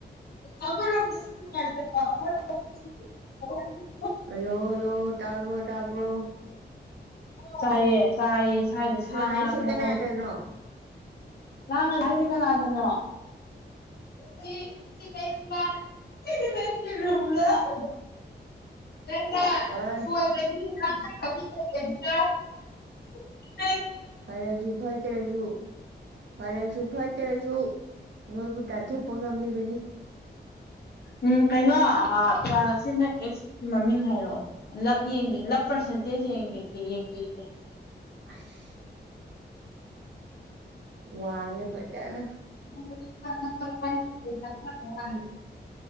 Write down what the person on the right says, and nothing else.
ꯍꯜꯂꯣ ꯍꯜꯂꯣ ꯇꯕ꯭ꯔꯣ ꯇꯕ꯭ꯔꯣ
ꯍꯥꯏꯁꯦ
ꯀꯅꯥꯗꯅꯣ
ꯑꯣꯏ ꯐꯔꯁꯨ ꯐꯠꯇ꯭ꯔꯁꯨ ꯐꯔꯁꯨ ꯐꯠꯇ꯭ꯔꯁꯨ ꯅꯣꯏꯕꯨ ꯇꯟꯊꯣꯛꯄ ꯉꯝꯃꯤꯕꯅꯤ
ꯑꯁ ꯋꯡꯉꯦ ꯐꯖꯟꯅ